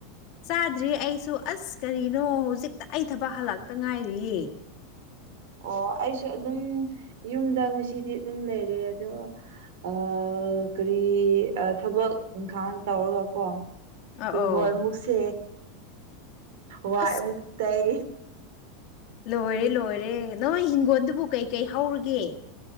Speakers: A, on the left; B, on the right.
A: ꯆꯥꯗ꯭ꯔꯤ ꯑꯩꯁꯨ ꯑꯁ ꯀꯔꯤꯅꯣ ꯍꯨꯖꯤꯛꯇ ꯑꯩ ꯊꯕꯛ ꯍꯜꯂꯛꯇ ꯉꯥꯏꯔꯤꯌꯦ꯫
B: ꯑꯣ ꯑꯩꯁꯨ ꯑꯗꯨꯝ ꯌꯨꯝꯗ ꯉꯁꯤꯗꯤ ꯑꯗꯨꯝ ꯂꯩꯔꯦ ꯑꯗꯣ ꯑ ꯀꯔꯤ ꯑꯥ ꯊꯕꯛ ꯏꯪꯈꯥꯡ ꯇꯧꯔꯒ ꯀꯣ꯫
A: ꯑ ꯑꯧ
B: ꯍꯤꯡꯒꯣꯟ ꯑꯃꯨꯛꯁꯦ ꯋꯥꯏ
A: ꯑꯁ
B: ꯑꯃꯨꯛꯇꯩ꯫
A: ꯂꯣꯏꯔꯦ ꯂꯣꯏꯔꯦ ꯅꯣꯏ ꯍꯤꯡꯒꯣꯟꯗꯨꯕꯨ ꯀꯩꯀꯩ ꯍꯧꯔꯒꯦ꯫